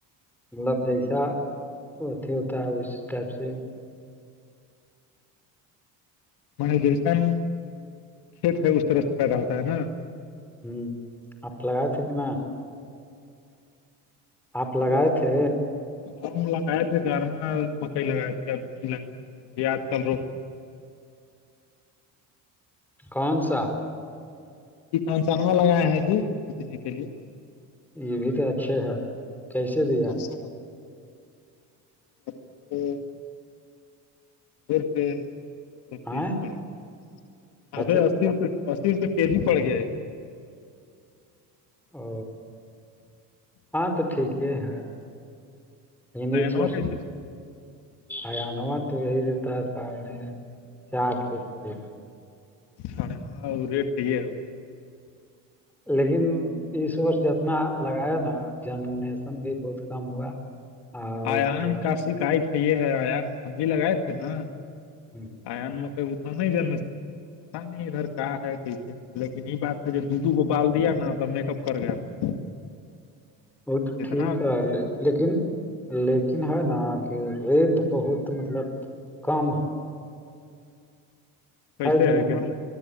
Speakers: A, in the centre; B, on the left.
A: لب جیسا ہوتا ہے اس ٹائپ سے
B: م جیس کھیت ہے اس طرح سے پیدا ہوتا ہے نا
A: ہوں آپ لگائے تھے کہ ن آپ لگائے
B: <inaudible>
A: تھے
B: وہ لگائے تھے گھر میں مکئی لگائے تھے ابھی نہیں لگائے تھے ابھی آج کل روک
A: کون سا
B: کانس لگاائے ہیں جی کھانے پینے کے لیے
A: یہ بھی تو اچھے ہیں کیسے دیا
B: اچھا ہاں <inaudible> روپے مطلب
A: آئ
B: پڑے گا نبے
A: اچھی
B: اسی سروپئے کے جی پڑ گیا
A: او ہاں تو ٹھیک ہی ہے ہندچ
B: آینوا
A: وس
B: کیسے
A: آیاانوا تو یہی دیتا ہے ساڑھے چار سو روپے
B: سے ہاں وہ ریٹ کئی ہے کا
A: لیکن اس وورس جتنا لگایا نا جننیشن بھی بہت کم ہوا اور
B: آان
A: مطلب
B: کا شکایت ہے یہ ہے آان ہم بھی لگائے تھے نا
A: جی
B: آیاان م کوئی بتنا نہیں جانے س پتا نہیں ادھر کا ہے کیسے لیکن یہ بات تھا جب دو دو گو بال دیا نا تو میک اپ کر گیا تھا <inaudible>
A: وہ تو
B: اتنا
A: ٹھیک ہے لیکن لیکن ہے نا کہ ریٹ بہت مطلب کم ہے
B: کیسے
A: کہ
B: ہے
A: نہیں
B: کتنا